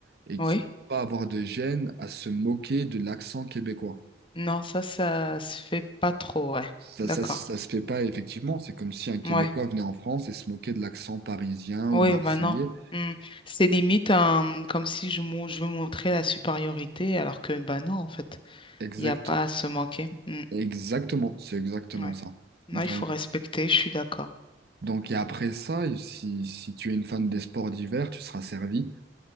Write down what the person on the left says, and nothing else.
oui.
Non, ça, ça se fait pas trop, ouais.
D'accord.
Ouais.
Oui,
bah non. Mm. C'est limite euh, comme si je, mon- je veux montrer la supériorité, alors que bah non, en fait,
il n'y a pas à se manquer. Mm.
Ouais.
Non,
il faut respecter, je suis d'accord.